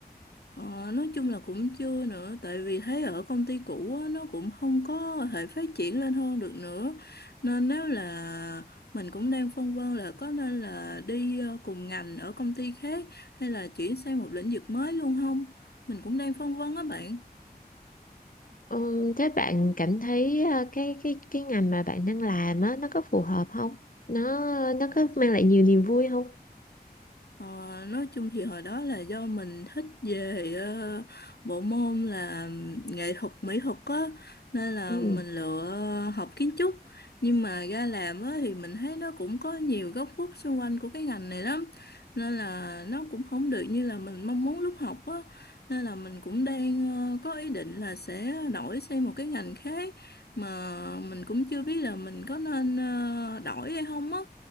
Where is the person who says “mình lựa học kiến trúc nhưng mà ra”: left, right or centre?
Left